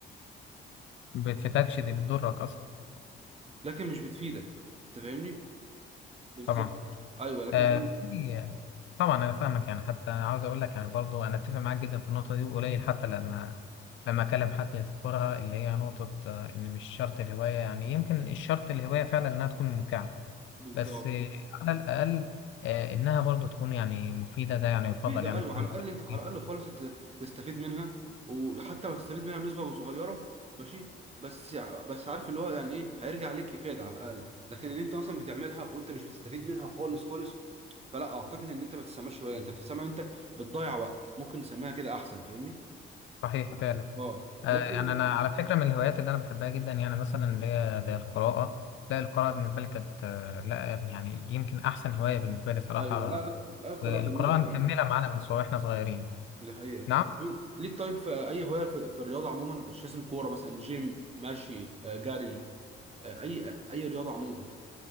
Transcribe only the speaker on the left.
بتفتكش دي بتضرك أصلا
طبعا
آه،
في طبعا انا فاهمك يعني حتى عاوز اقول لك يعني برضو انا اتفق معاك جدا في النقطه دي وقليل حتى لما لما اكلم حد يذكرها اللي هي نقطه آه، ان مش شرط الهوايه يعني يمكن الشرط الهوايه فعلا انها تكون ممتعه
بس آه، على الاقل آه، انها برضو تكون يعني مفيده ده يعني يفضل
يعني
تكون
الهوايه
مفيدة.
صحيح فعلا
آه،
يعني انا على فكره من الهوايات اللي انا بحبها جدا يعني مثلا اللي هي زي القراءه لا القراءه بالنسبه لي كانت آه، لا يعني يمكن احسن هوايه بالنسبه لي صراحه
والقراءة
مكملة معانا من سوا واحنا صغيرين
نعم